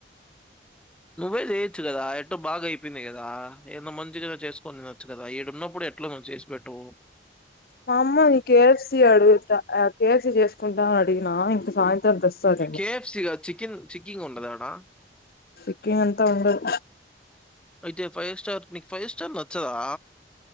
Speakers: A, in the centre; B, on the left.
A: నువ్వే చేయొచ్చు కదా ఎటో బాగ అయిపోయింది కదా ఏదో మంచిగా చేసుకో కొని వచ్చు కదా ఇడున్నప్పుడు ఎట్లా నువ్వు చేసి పెట్టవు
B: మా అమ్మ ను కేఎఫ్సి అడుగుతా కేఎఫ్సి చేసుకుంటా అ అడిగినా ఇంక సాయంత్రం తెస్తదేమో
A: కేఎఫ్సిగాదు చికెన్ చికింగ్ ఉంటదా
B: చికింగ్ అంత ఉండదు
A: అయితే ఫైవ్ స్టార్ నీకు ఫైవ్ స్టార్ నచ్చదా